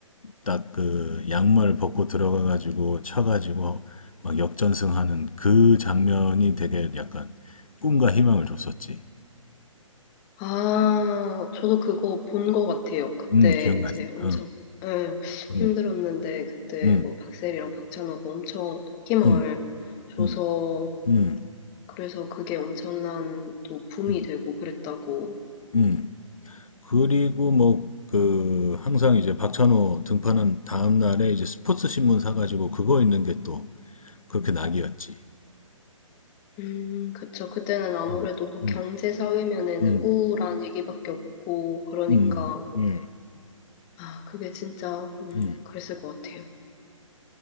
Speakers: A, on the left (about 85°); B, on the left (about 25°).
A: 딱 그 양말 벗고 들어가 가지고 쳐 가지고 막 역전승하는 그 장면이 되게 약간 꿈과 희망을 줬었지.
B: 아, 저도 그거 본 것 같아요. 그때
A: 음, 기억나지?
B: 이제 엄청
A: 어.
B: 예,
A: 음.
B: 힘들었는데 그때
A: 음.
B: 뭐 박세리랑 박찬호가 엄청 힘을
A: 음.
B: 줘서
A: 음. 음.
B: 그래서 그게 엄청난 또 붐이
A: 음.
B: 되고 그랬다고.
A: 음. 그리고 뭐, 그, 항상 이제 박찬호 등판한 다음날에 이제 스포츠 신문 사가지고 그거 있는 게 또 그렇게 낙이었지.
B: 음, 그쵸. 그때는 아무래도
A: 음,
B: 뭐
A: 음,
B: 경제 사회면에는
A: 음,
B: 우울한 얘기밖에 없고 그러니까
A: 음,
B: 뭐,
A: 음,
B: 아, 그게 진짜 음,
A: 음.
B: 그랬을 것 같아요.